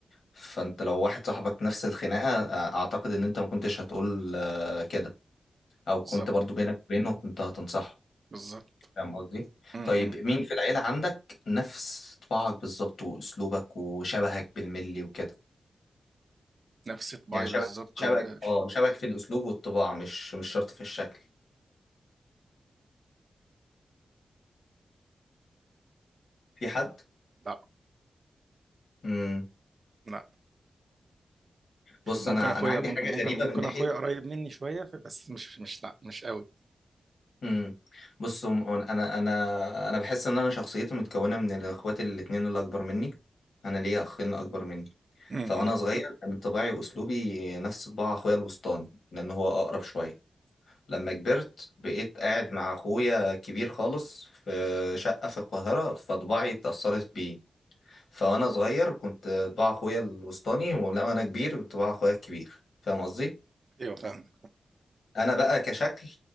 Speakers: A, on the left; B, on the right.
A: فانت لو واحد صاحبك نفس الخناقة آه، اعتقد ان انت ما كنتش هتقول آه، كده او
B: بالظبط
A: كنت برضو بينك وبينه كنت هتنصحه
B: بالظبط
A: فاهم قصدي
B: امم
A: طيب مين في العيلة عندك نفس طباعك بالظبط واسلوبك وشبهك بالملي وكده
B: نفس طباعي
A: يعني شبه
B: بالظبط
A: شبهك
B: و...
A: اه شبهك في الاسلوب والطباع مش مش شرط في الشكل في حد
B: لا
A: امم
B: لا
A: بص
B: ممكن
A: انا
B: اخويا
A: انا عندي
B: ممكن
A: حاجة
B: ممكن
A: غريبة
B: ممكن
A: من ناحية
B: اخويا قريب مني شويه ف- بس مش مش لا مش قوي
A: امم بص هم- انا انا انا بحس ان انا شخصيتي متكونة من الاخوات الاتنين اللي اكبر مني انا ليا اخين اكبر مني
B: امم
A: فوانا صغير كان طباعي واسلوبي نفس طباع اخويا الوسطاني لان هو اقرب شويه لما كبرت بقيت قاعد مع اخويا كبير خالص في شقه في القاهره فطباعي اتاثرت بيه فوانا صغير كنت طباع اخويا الوسطاني وانا كبير كنت طباع اخويا الكبير فاهم قصدي
B: ايوه فاهم
A: انا بقى كشكل